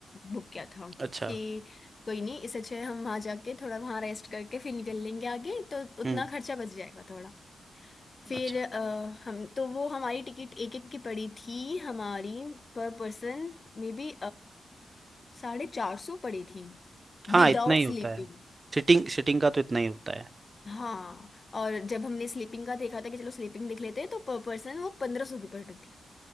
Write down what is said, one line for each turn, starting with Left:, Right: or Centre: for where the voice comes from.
Left: बुक किया था
Right: अच्छा
Left: कि कोई नहीं इससे अच्छा है हम वहाँ जाके थोड़ा वहाँ रेस्ट करके फिर निकल लेंगे आगे तो उतना
Right: हम्म
Left: खर्चा बच जाएगा थोड़ा फिर
Right: अच्छा
Left: अ, हम तो वो हमारी टिकट एक एक की पड़ी थी हमारी पर पर्सन मे बी साढ़े चार सौ पड़ी थी
Right: हाँ
Left: विदाउट
Right: इतना ही होता
Left: स्लीपिंग
Right: है सिटिंग सिटिंग का तो इतना ही होता है
Left: हाँ और जब हमने स्लीपिंग का देखा था कि चलो स्लीपिंग देख लेते हैं तो पर पर्सन वो पंद्रह सौ की पड़ रही थी